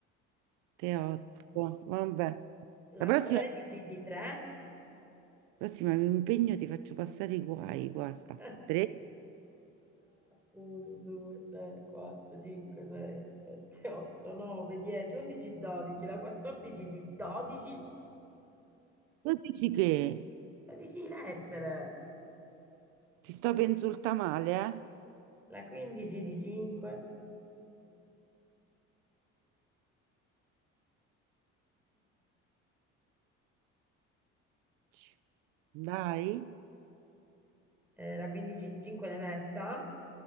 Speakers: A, on the right; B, in the centre.
A: 3, 8, vabbè. La
B: la
A: prossima...
B: 13 di 3
A: Prossima mi impegno, ti faccio passare i guai, guarda.
B: <laughs>
A: Tre.
B: 1, 2, 3, 4, 5, 6, 7, 8, 9, 10, 11, 12, la 14 di 12,
A: Tu dici che
B: 12 lettere,
A: ti sto per insultare male, eh?
B: la 15 di 5,
A: Ci- Dai.
B: la 15 di 5 l'hai messa,